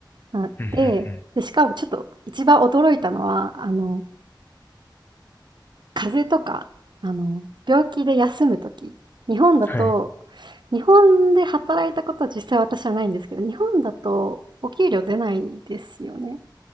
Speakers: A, on the right (about 70°); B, on the left (about 25°).
A: なで、
B: うんうん
A: で、しかもちょっと一番驚いたのは、あの、風邪とか、あの、病気で休む時、日本だと
B: うん。はい。
A: 日本で働いたことは実際私はないんですけど、日本だとお給料出ないですよね？